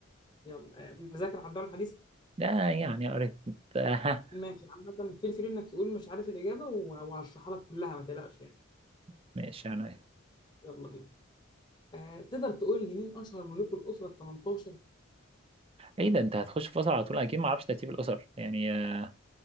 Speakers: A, on the left (about 20°); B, on the right (about 30°).
A: يلا آه، مذاكر على الدوره الحديثه
B: لا يعني قريت ها
A: ماشي عامه فيل فري انك تقول مش عارف الاجابه وه- وهشرحها لك كلها ما تقلقش يعني
B: <laughs> ماشي انا ايه
A: يلا بينا آه، تقدر تقول لي مين اشهر ملوك الاسره ال 18
B: ايه ده انت هتخش في فصل على طول اكيد ما اعرفش ترتيب الاسر يعني آه